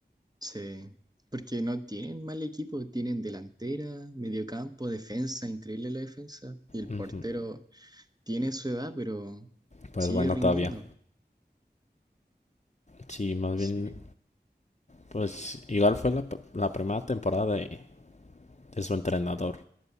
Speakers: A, on the right; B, on the left.
A: Sí, porque no tienen mal equipo, tienen delantera, mediocampo, defensa, increíble la defensa. Y el
B: Ujú.
A: portero tiene su edad, pero
B: Pues
A: sigue
B: bueno,
A: rindiendo.
B: todavía. Sí, más
A: Sí,
B: bien, pues igual fue la, p- la primera temporada de, de su entrenador.